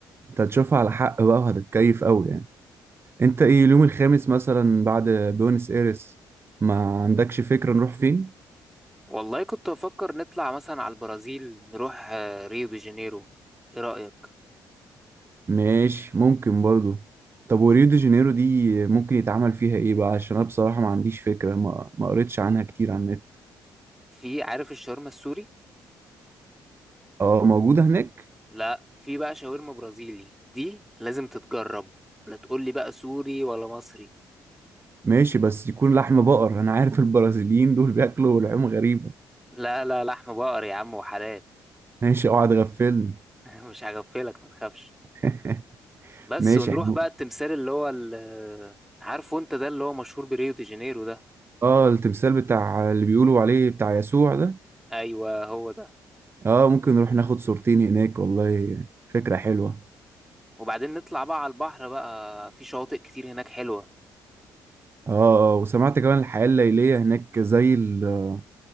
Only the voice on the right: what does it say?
انت هتشوفها على حق بقى وهتتكيف قوي يعني انت ايه اليوم الخامس مثلا بعد بيونس ايرس ما عندكش فكرة نروح فين
ماشي ممكن برضو طب وريو دي جانيرو دي ممكن يتعمل فيها ايه بقى عشان انا بصراحة ما عنديش فكرة ما ما قريتش عنها كتير على النت
اه موجودة هناك
ماشي بس يكون لحم بقر انا عارف البرازيليين دول بياكلوا لحوم غريبة
ماشي اوعى تغفلني
<laughs>
ماشي
احنا
اه التمثال بتاع اللي بيقولوا عليه بتاع يسوع ده
اه ممكن نروح ناخد صورتين هناك والله فكرة حلوة
اه اه وسمعت كمان الحياة الليلية هناك زي ال